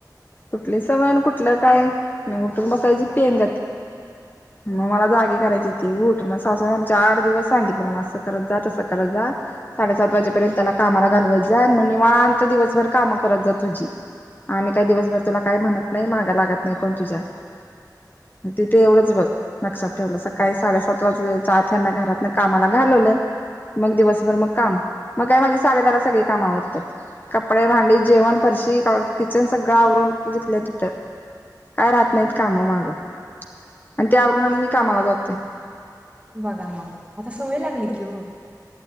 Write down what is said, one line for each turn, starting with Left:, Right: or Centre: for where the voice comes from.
Left: कुठली सवयण कुठलं काय म उठून बसायची पेंगात मग मला जागे करायची ती उठ मग स आमच्या आठ दिवस सांगितलं मला असं करत जात असं करत जात साडे सात वाजेपर्यंत त्याला कामाला घालवत जा म निवांत दिवसभर काम करत जा तुझी आम्ही काही दिवसभर तुला काय म्हणत नाही मागं लागत नाही कोण तुझ्या तिथे एवढंच बघ लक्षात ठेवलं सकाळी साडेसात वाजे आथ्यांना घरात ना कामाला घाल मग दिवसभर मग काम मग काय माझे साडेदारा सगळे काम आवडतात कपडे भांडी जेवण फरशी किचन सगळं आवरून जीथल्या तिथं काय राहत नाहीत काम माग आणि त्यावरून
Right: मला
Left: आणि मी कामाला जातोय
Right: बघा मग आता सोय लागली की हो